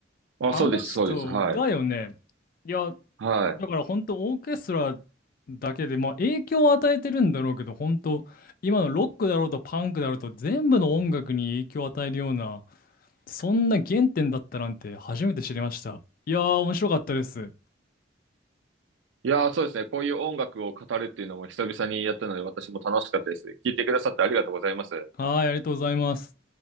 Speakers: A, on the right; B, on the left.
A: あ、
B: あの人だよね。
A: そうです、そうです。はい。
B: いや、
A: は
B: だからほんとオーケストラだけで、まあ影響を与えてるんだろうけど、ほんと、今のロックだろうとパンクだろうと全部の音楽に影響を与えるような、そんな原点だったなんて初めて知りました。いやー、面白かったです。
A: い。いやー、そうですね。こういう音楽を語るっていうのも久々にやったので、私も楽しかったです。聞いてくださってありがとうございます。
B: はーい、ありがとうございます。